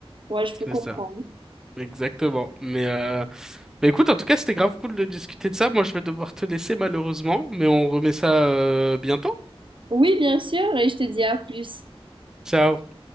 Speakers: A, on the right (about 55°); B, in the centre.
A: ouais, je
B: C'est
A: peux comprendre.
B: ça, exactement. Mais, euh, mais écoute, en tout cas, c'était grave cool de discuter de ça. Moi, je vais devoir te laisser malheureusement, mais on remet ça euh, bientôt.
A: Oui, bien sûr, et je te dis à plus.
B: Ciao.